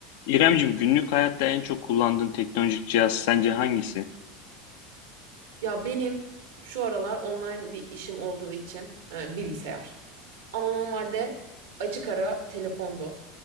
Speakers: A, on the left; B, on the right.
A: İremcim, günlük hayatta en çok kullandığın teknolojik cihaz sence hangisi?
B: Ya benim şu aralar online bir işim olduğu için e, bilgisayar. Ama normalde açık ara telefondu.